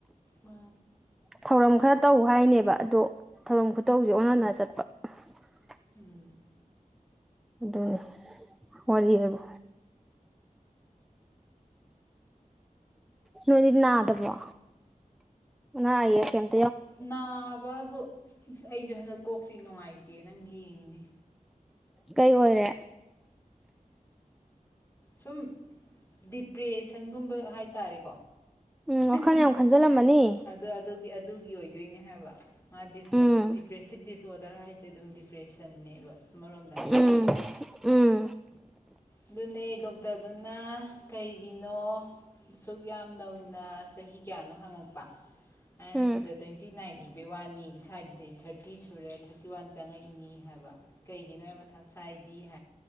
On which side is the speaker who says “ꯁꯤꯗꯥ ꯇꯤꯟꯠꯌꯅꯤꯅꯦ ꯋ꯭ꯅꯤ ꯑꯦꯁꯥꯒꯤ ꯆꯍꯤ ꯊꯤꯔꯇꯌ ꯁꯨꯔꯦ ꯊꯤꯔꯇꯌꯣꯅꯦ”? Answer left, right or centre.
Left